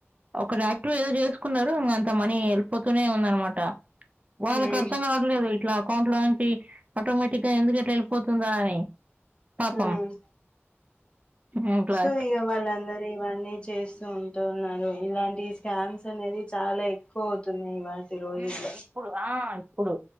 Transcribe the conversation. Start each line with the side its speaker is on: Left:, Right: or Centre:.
Right: ఒక డాయాక్టవ్ ఏదో చేసుకున్నారు ఇంకా అంత మనీ హళ్ిపోతూనే ఉంద అనమాట వాళ్ళకి
Left: హ్మ్
Right: అర్థం కావట్లేదు ఇట్లా అకౌంట్ లో నుంచి ఆటోమేటిక్ గా ఎందుకంటలా వెళ్ళిపోతుందా అని పాపం
Left: హ్మ్.
Right: ఉ బ్ాక్లా
Left: సో ఇగ వాళ్ళందరూ ఇవన్నీ చేస్తూ ఉంటు ఉన్నారు ఇలాంటి స్కామ్స్ అనేది చాలా ఎక్కువ అవుతున్నాయి ఇవా ఈ రోజుల్లో
Right: హ్మ్. ఇప్పుడు ఆ! ఇప్పుడు.